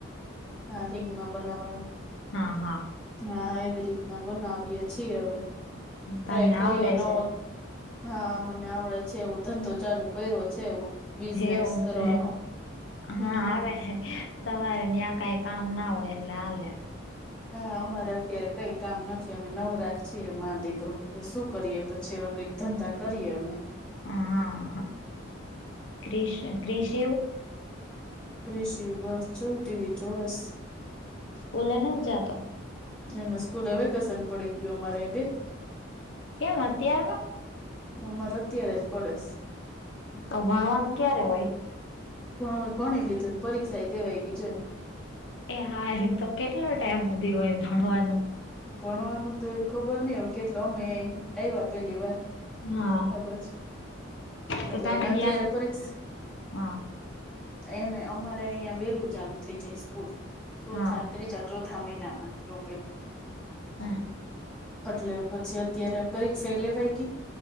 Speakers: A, in the centre; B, on the left (about 65°).
A: હા રિંગ માં બનાવવાનું.
B: હા હા.
A: હા એવી રીતના બનાવીએ છીએ હવે. ટ્રાય
B: તમને
A: કરીએ
B: આવડે
A: નવો
B: છે
A: હા મને આવડે છે એવું ધંધો ચાલુ કર્યો. છે એવો બિઝનેસ
B: એવું
A: કરવાનો
B: છે
A: હમ
B: હા આવે છે. તમારે ન્યા કાઈ કામ ના હોય એટલે હાલે.
A: હા અમારે અત્યારે કઈ કામ નથી અમે નવરા જ છીએ માં દીકરો. તો શું કરીએ પછી એવા કંઈક ધંધા કરીએ અમે.
B: હા હા હા ગ્રીશ ગ્રી્શ એવો.
A: ગ્રીશિવ બસ જો ટીવી જોવસ.
B: સ્કુલે નઈ જાતો?
A: એને સ્કૂલે વેકેશન પડી ગયો મારે બે
B: કેમ અત્યારે?
A: અમારે અત્યારે જ પડેસ.
B: તો ભણવાનું ક્યારે હોય?
A: ભણવાનું ભણી લીધું ને પરિક્ષાય દેવાય ગઈ જે
B: એ હા એ તો કેટલો ટાઈમ હુધી હોય ભણવાનું?
A: ભણવાનું તો ખબર નહિ હવે કેટલા અમે આવ્યા પેલી વાર.
B: હા
A: ખબર છે
B: તો
A: એટલે
B: તમે
A: એને અત્યારે
B: ગયા
A: પરીક્ષ
B: હા
A: એને અમારે અહિયાં વેલું ચાલુ થઇ જાય સ્કૂલ ચોથા
B: હા
A: ત્રીજા ચોથા થા મહિના માં એવું કઈ
B: હમ
A: એટલે પછી અત્યારે પરીક્ષાએ લેવાય ગયી.